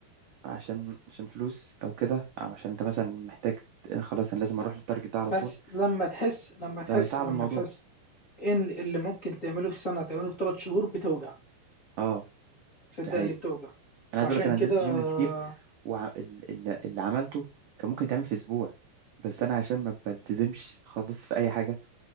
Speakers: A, on the right; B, on the left.
A: عشان عشان فلوس او كده او عشان انت مثلا محتاج خلاص انا لازم اروح للتارجت ده على
B: بس
A: طول
B: لما تحس لما تحس
A: ده هيصعب
B: لما
A: الموضوع
B: تحس ان اللي ممكن تعمله في سنه تعمله في ثلاث شهور بتوجع
A: اه
B: صدقني
A: ده حقيقي
B: بتوجع
A: انا عايز
B: عشان
A: اقول لك انا
B: كده
A: نزلت جيم
B: آه،
A: كتير واللي اللي عملته كان ممكن يتعمل في اسبوع بس انا عشان ما بلتزمش خالص في اي حاجه